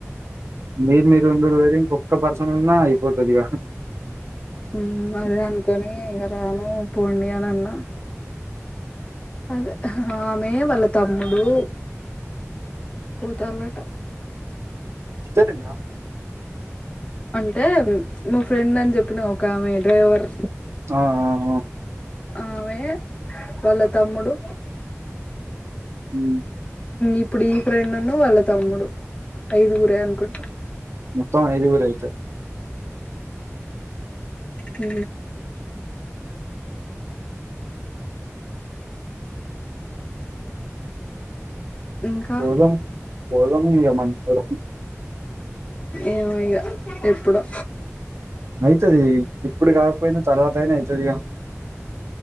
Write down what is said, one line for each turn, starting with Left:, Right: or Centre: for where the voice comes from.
Right: మీది మీరు ఉండుడు వేరు, ఇంకొక్క పర్సన్ ఉన్నా అయిపోతది ఇగ
Left: ఉమ్ అదే అనుకొని ఇగ రాను పోండి అని అన్నా. అదే ఆమె వాళ్ళ తమ్ముడు పోతాందట.
Right: ఇప్పడే తిన్నా
Left: అంటే మా ఫ్రెండ్ అని చెప్పిన ఒక మీ డ్రైవర్
Right: ఆ ఆ, ఆ.
Left: ఆమె వాళ్ళ తమ్ముడు
Right: ఉమ్,
Left: ఇప్పుడు ఈ ఫ్రెండ్ను వాళ్ళ తమ్ముడు ఐదుగురే అనుకుంటా
Right: మొత్తం ఐదూగురు అయితే
Left: ఉ ఇంకా
Right: పోదాం పోదాం ఇగ మన ఇద్దరమే
Left: ఏమోయిగ ఎప్పుడో
Right: అయితాది. ఇప్పుడు కాకపోయినా తర్వాత అయినా అయితాది గా